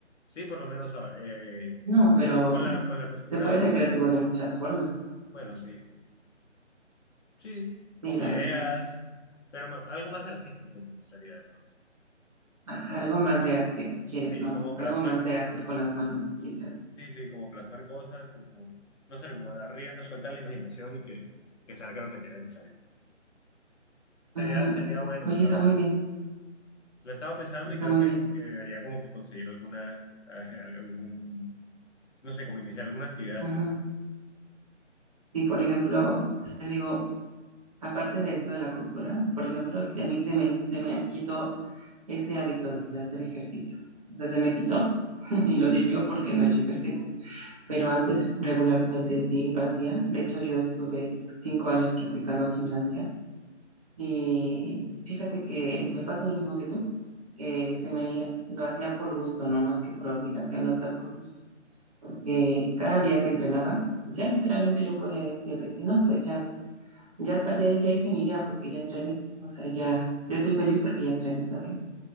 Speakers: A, on the left; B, on the right.
A: sí, por lo menos ah, eh,
B: No,
A: eh,
B: pero
A: tú con la, con la costura,
B: se puede ser
A: pues,
B: creativo de muchas formas.
A: bueno, sí, sí, con
B: Sí, la
A: ideas,
B: verdad.
A: pero ma- algo más artístico me gustaría de pronto.
B: Ajá, algo más
A: Sí,
B: de
A: como,
B: arte, quieres,
A: sí,
B: ¿no?
A: como
B: Algo
A: plasmar
B: más
A: cosas.
B: de hacer con las manos, quizás.
A: Sí, sí, como plasmar cosas, como, no sé, como dar rienda suelta a la imaginación y que, que salga lo que tenga que salir. Sería,
B: Ajá.
A: sería bueno,
B: Oye,
A: la
B: está
A: verdad.
B: muy bien,
A: Lo he estado pensando
B: está
A: y creo
B: muy
A: que,
B: bien.
A: que debería como que conseguir alguna, <laughs> algún, no sé, como iniciar alguna actividad
B: Ajá.
A: así.
B: Y por ejemplo, te digo, aparte de esto de la costura, por ejemplo, si a mí se me, se me quitó ese hábito de hacer ejercicio, o sea, se me quitó, <laughs> y lo digo porque no he hecho ejercicio, pero antes regularmente sí lo hacía. De hecho, yo estuve cinco años practicando gimnasia Y fíjate que me pasa lo mismo que tú, que se me lo hacía por gusto, no más que por obligación, lo hacía por gusto. Porque cada día que entrenaba, ya literalmente yo podía decir de que no, pues ya, ya, pa- ya, ya hice mi día porque ya entrené. O sea, ya, ya estoy feliz porque ya entrené, ¿sabes?